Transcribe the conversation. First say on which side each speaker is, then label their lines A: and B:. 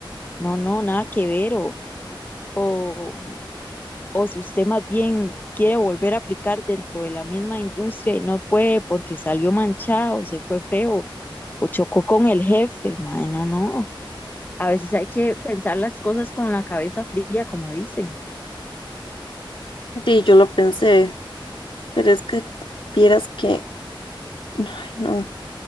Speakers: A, on the left (about 20°); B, on the left (about 80°).
A: No, no, nada que ver, o, o, o si usted más bien quiere volver a aplicar dentro de la misma industria y no puede porque salió manchado, se fue feo, o chocó con el jefe, mae, no, no, a veces hay que pensar las cosas con la cabeza fría, como dicen.
B: Sí, yo lo pensé, pero es que vieras que, ay, no,